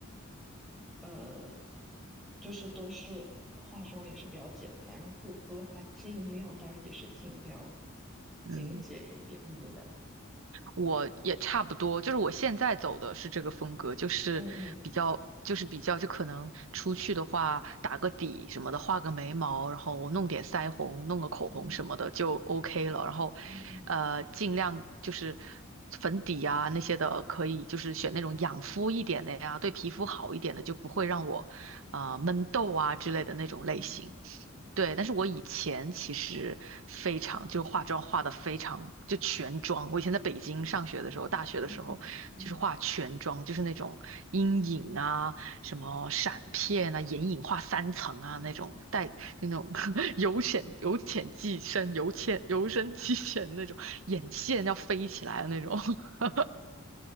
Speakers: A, in the centre; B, on the right.
A: 呃，就是都是化妆也是比较简单，然后护肤的话尽量，当然也是尽量
B: 嗯，
A: 精简一点。你嘞？
B: 我也差不多，就是我现在走的是这个风格，就是比较，
A: 嗯嗯
B: 就是比较，就可能出去的话，打个底什么的，画个眉毛，然后我弄点腮红，弄个口红什么的就
A: 嗯
B: OK 了。然后，
A: 嗯嗯
B: 呃，尽量就是粉底啊那些的，可以就是选那种养肤一点的呀，对皮肤好一点的，就不会让我呃闷痘啊之类的那种类型。
A: 嗯
B: 对，但是我以前其实非常，就化妆化的非常，就全妆。我以前在北京上学的时候，大学的时候，
A: 嗯嗯嗯，
B: 就是化全妆，就是那种阴影啊、什么闪片啊、眼影画三层啊那种，带就那种 <laughs> 由浅由浅即深、由浅由深即浅那种，眼线要飞起来的那种。<laughs>